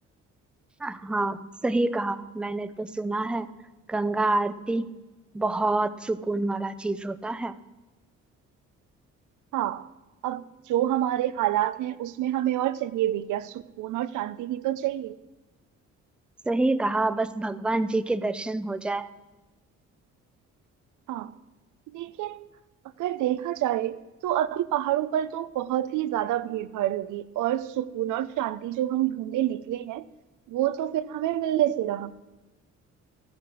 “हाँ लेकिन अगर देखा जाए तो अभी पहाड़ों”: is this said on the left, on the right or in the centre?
Right